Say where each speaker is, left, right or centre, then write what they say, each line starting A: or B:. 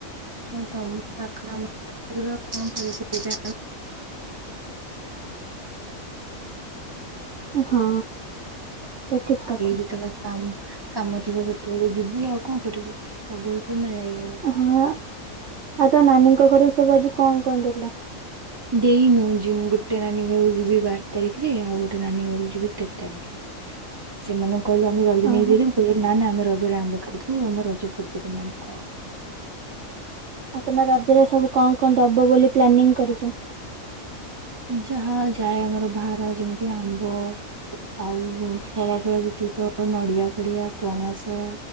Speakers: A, on the right; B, on the right.
A: ହଁ ତମ ପାଖରେ ଆମ ଆ କଣ କ ସେ ସେଇ
B: ହଁ ଏଟା ଠିକ କଥା।
A: ଯେତେବେଳେ କାମ କାମ ଥିବ ସେତେବେଳେ ଯିବି ଆଉ କଣ କରିବୁ? ସବୁବେଳେ ଥୋଡି ନା ଯାଇହବ?
B: ହଁ ଆଉ ତ ନାନୀଙ୍କ ଘର ସବୁ ଆଜି କଣ କଣ ଦେଲ?
A: ଦେଇନୁ ଯିବ ଗୋଟେ ନାନୀ ଘକୁ ଯିବି ବାର ତାରିଖରେ ଆଉ ଗୋଟେ ନାନୀ ଘଳକୁ ଯିବି ତେର ତାରିଖରେ। ସେମାନଙ୍କୁ କହିଲ ଆମେ ଜଲଦିକ
B: ଓହୋ
A: ଦେଇଦବୁ କହିବ ନା ଆମେ ରଜରେ ଆରମ୍ଭିବୁ। ଥାଉ ଆମ ରଜ ପୂର୍ବ ଦିନ ଆଣିକି ଦବ।
B: ଆଉ ତମ ରଜରେ ସବୁ କଣ କଣ ଦବ ବୋଲି ପ୍ଲାନିଂ କରିଚ?
A: ଯାହା ଯାଏ ଆମର ଭାର ଯେମିତି ଆମ୍ବ ଆଉ ଫଳ ଫଳ ଯେତିକି ତ ନଡିଆ ପଡିଆ ପଣସ